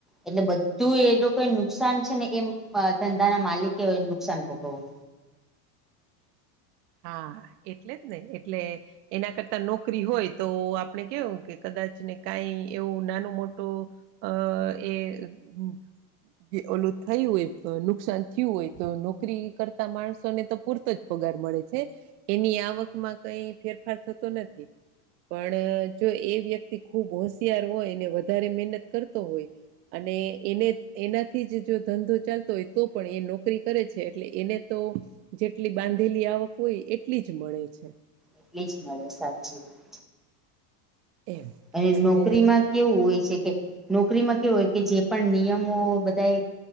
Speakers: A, in the centre; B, on the right (about 75°).
A: એટલે બધું એ લોકો એ નુકસાન છે ને એમ ધંધા ના માલિકે એ નુકસાન ભગવવું
B: હા એટલે જ ને એટલે એના કરતા નોકરી હોય તો આપણે કેવું કે કદાચ ને કાઈ એવું નાનું મોટું અ એ હમમ. જે ઓલું થયું હોય કે નુકસાન થયું હોય તો નોકરી કરતા માણસોને તો પૂરતો જ પગાર મળે છે એની આવકમાં કઈ ફેરફાર થતો નથી. પણ જો એ વ્યક્તિ ખૂબ હોશિયાર હોય ને વધારે મહેનત કરતો હોય અને એને એનાથી જ જો ધંધો ચાલતો હોય તો પણ એ નોકરી કરે છે એટલે એને તો જેટલી બાંધેલી આવક હોય એટલી જ મળે છે.
A: એટલી જ મળે સાચી વાત.
B: એમ
A: અને
B: એટલે
A: નોકરીમાં કેવું હોય છે કે નોકરીમાં કેવુ હોય કે જે પણ નિયમો બધા